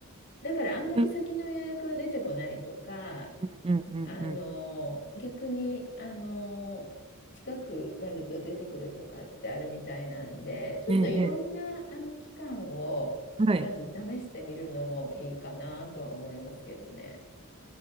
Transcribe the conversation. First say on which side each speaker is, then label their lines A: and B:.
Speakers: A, on the left (about 55°); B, on the right (about 25°).
A: だからあんまり先の予約は出てこないとか、
B: うんうんうんうん。
A: あの、逆に、あの、近くなると出てくるとかってあるみたいなんで、ちょっといろんな、
B: ええ、ええ
A: あの、期間を、
B: はい。
A: まず試してみるのもいいかなとは思いますけどね。